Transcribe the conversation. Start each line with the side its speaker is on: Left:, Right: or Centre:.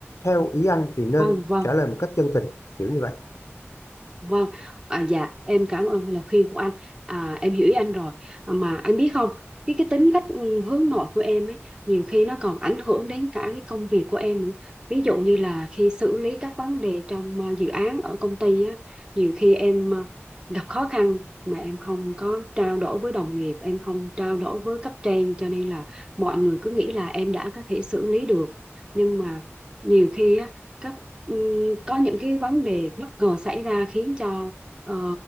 Left: theo ý anh thì nên
Right: vâng vâng
Left: trả lời một cách chân tình kiểu như vậy
Right: Vâng, à, dạ em cảm ơn lời khuyên của anh. À, em hiểu ý anh rồi. À, Mà anh biết không, cái cái tính cách ừ, hướng nội của em ấy nhiều khi nó còn ảnh hưởng đến cả cái công việc của em nữa. Ví dụ như là khi xử lý các vấn đề trong ờ, dự án ở công ty á, nhiều khi em ờ, gặp khó khăn mà em không có trao đổi với đồng nghiệp, em không trao đổi với cấp trên cho nên là mọi người cứ nghĩ là em đã có thể xử lý được. Nhưng mà nhiều khi á các Ừm, có những cái vấn đề bất ngờ xảy ra khiến cho ờ,